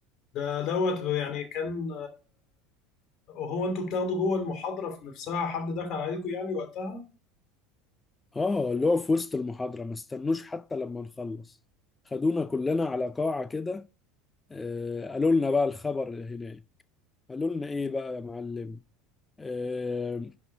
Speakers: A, on the left; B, on the left.
A: ده دوت يعني كان هو انتوا بتاخدوا جوه المحاضرة في نفسها حد دخل عليكم يعني وقتها
B: اه اللي هو في وسط المحاضرة ما استنوش حتى لما نخلص خدونا كلنا على قاعة كده آه قالوا لنا بقى الخبر هناك قالوا لنا ايه بقى يا معلم آه